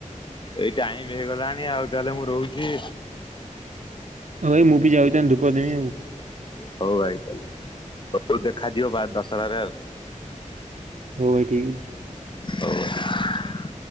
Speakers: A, on the left; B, on the right.
A: ଏଇ ଟାଇମ ହେଇଗଲାଣି ଆଉ ତାହେଲେ ମୁଁ ରହୁଛି।
B: ହାଇ ମୁଁ ବି ଯାଉଛି। ଦେମି ଆଉ
A: ହଉ ଭାଇ। ତ ଦେଖାଯିବ ବା ଦଶରାରେ।
B: ହଉ ଭାଇ ଠିକ ଅଛି
A: <inaudible>